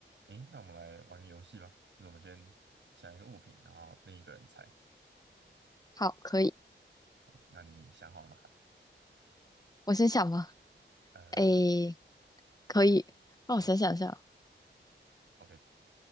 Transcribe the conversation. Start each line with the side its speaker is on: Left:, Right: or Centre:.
Right: 嗯，那我们来玩个游戏吧，就是我们先想一个物品，然后另一个人猜。
Left: 好，可以。
Right: 好那你想好了吗？
Left: 我先想吧。
Right: 呃，
Left: 诶，可以。让我想想一下。
Right: 好，OK，